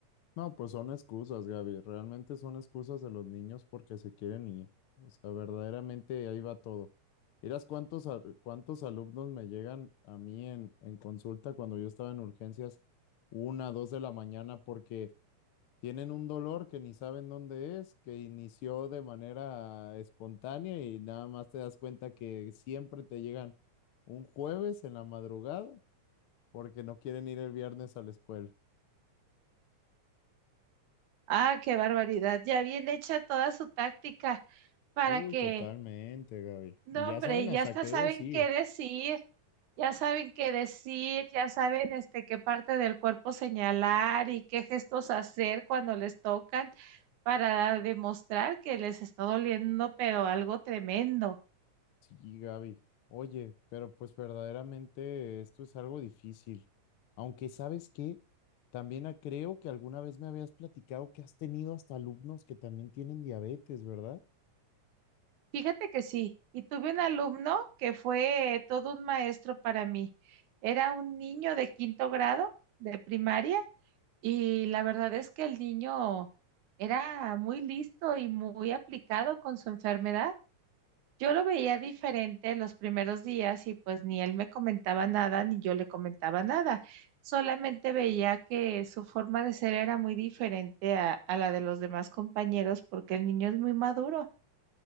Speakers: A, on the left (about 80°); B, on the right (about 80°).
A: No, pues son excusas, Gaby, realmente son excusas de los niños porque se quieren ir. O sea, verdaderamente ahí va todo. Miras cuántos, a- cuántos alumnos me llegan a mí en, en consulta cuando yo estaba en urgencias, una, dos de la mañana, porque Tienen un dolor que ni saben dónde es, que inició de manera espontánea y nada más te das cuenta que siempre te llegan un jueves en la madrugada porque no quieren ir el viernes a la escuela.
B: Ah, qué barbaridad, ya bien hecha toda su táctica para
A: Uy,
B: que,
A: totalmente, Gaby.
B: no
A: Y ya
B: hombre,
A: saben hasta
B: ya hasta
A: qué
B: saben
A: decir.
B: qué decir. Ya saben qué decir, ya saben este qué parte del cuerpo señalar y qué gestos hacer cuando les tocan para demostrar que les está doliendo, pero algo tremendo.
A: Sí, Gaby. Oye, pero pues verdaderamente esto es algo difícil. Aunque sabes que también ah, creo que alguna vez me habías platicado que has tenido hasta alumnos que también tienen diabetes, ¿verdad?
B: Fíjate que sí, y tuve un alumno que fue todo un maestro para mí. Era un niño de quinto grado de primaria y la verdad es que el niño era muy listo y muy aplicado con su enfermedad Yo lo veía diferente los primeros días y pues ni él me comentaba nada ni yo le comentaba nada. Solamente veía que su forma de ser era muy diferente a, a la de los demás compañeros porque el niño es muy maduro.